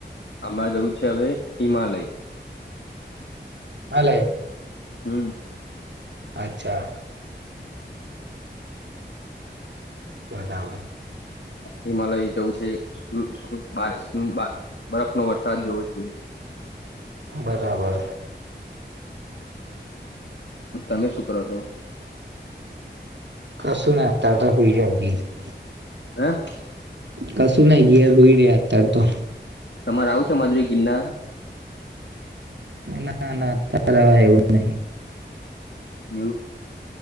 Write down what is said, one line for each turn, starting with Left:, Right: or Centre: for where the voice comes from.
Left: અમારે જવું છે, હવે હિમાલય
Right: હાલે.
Left: હમ.
Right: અચ્છા. કયારે આવે
Left: હિમાલય જવું છે બાર બરફ નો વરસાદ જોવો છે.
Right: બરાબર.
Left: તમે શું કરો છો?
Right: કસૂના અત્યારે તો હોઈ જાગીયે
Left: હે.
Right: બસ કશું નય ઘેર હોઈ રેયા અત્યારે તો
Left: તમારે આવું છે, અમારી જોડે ગિરનાર
Right: ના ના અત્યારે હો એવું નહી
Left: <unintelligible>